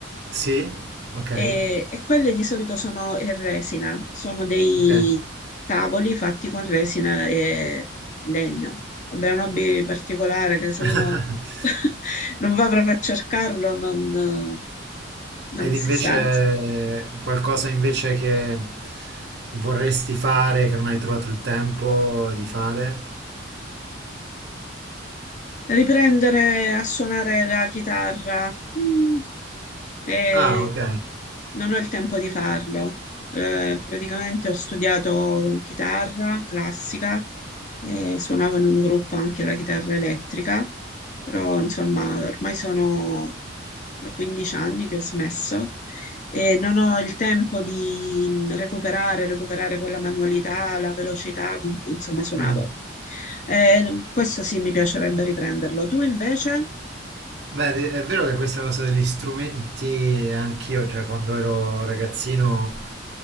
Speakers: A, on the right (about 55°); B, on the left (about 40°).
A: sì, ok,
B: E, e quelle di solito sono in resina, sono dei
A: ok.
B: tavoli fatti con resina e legno. Vabbè, è un hobby particolare che se
A: <laughs>
B: uno <laughs> non va proprio a cercarlo non, non
A: Ed
B: si
A: invece
B: sa.
A: qualcosa invece che vorresti fare, che non hai trovato il tempo di fare?
B: Riprendere a suonare la chitarra. Mm, eh,
A: Ah, ok.
B: non ho il tempo di farlo. Eh, praticamente ho studiato chitarra classica e suonavo in un gruppo anche la chitarra elettrica, però insomma ormai sono da 15 anni che ho smesso e non ho il tempo di recuperare, recuperare quella manualità, la velocità con cui insomma suonavo.
A: Mm.
B: Eh, questo sì, mi piacerebbe riprenderlo. Tu invece?
A: Beh, de- è vero che questa cosa degli strumenti, anch'io, cioè quando ero ragazzino